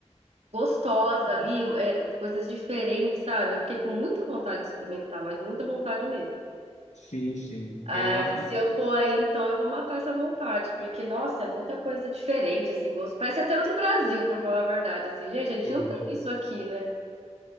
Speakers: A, on the right; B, on the left.
A: gostosa ali, é, coisas diferentes, sabe? Eu fiquei com muita vontade de experimentar, mas muita vontade mesmo.
B: Sim, sim.
A: Aí,
B: É a...
A: se eu for aí, então eu vou matar essa vontade, porque, nossa, é muita coisa diferente, assim, gosto. Parece até outro Brasil, pra falar a verdade, assim, gente, a gente
B: Uhum.
A: não tem isso aqui, né?